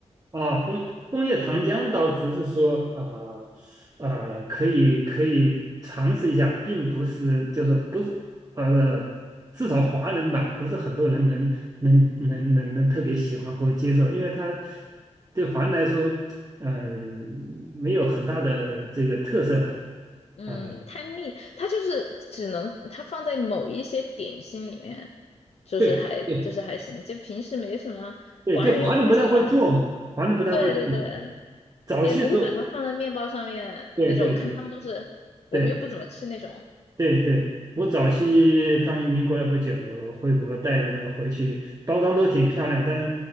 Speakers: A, on the right; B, on the left.
A: 哦，枫枫叶糖浆倒只是说，呃呃，可以可以尝试一下，并不是就是不是呃，至少华人吧，不是很多人能能能能能特别喜欢或接受，因为它对华人来说，呃，没有很大的这个特色吧，
B: 嗯，
A: 呃，
B: 它腻，它就是只能它放在某一些点心里面，就是还就是还行，
A: 对对
B: 就平时没什么，华人又不会喜欢把它，
A: 对，就华人不太会做嘛，
B: <laughs>
A: 华人不太会做。
B: 对对对。
A: 早期时候，
B: 也不会把它放在面包上面那种。
A: 对对对
B: 我看他们都是，我们又不怎么吃那种。
A: 对对对对，我早期刚移民过来不久，回国带了那个回去，包装都挺漂亮，但